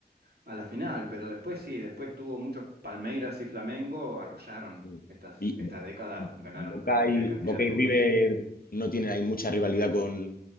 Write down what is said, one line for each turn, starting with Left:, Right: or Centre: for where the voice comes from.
Right: a la final, pero después sí, después tuvo muchos Palmeiras y Flamengo, arrollaron
Left: Mm.
Right: estas,
Left: Y,
Right: esta década, ganaron
Left: Boca
Right: cualquier
Left: y,
Right: cantidad
Left: Boca
Right: de
Left: y
Right: copas.
Left: River no tienen ahí mucha rivalidad con,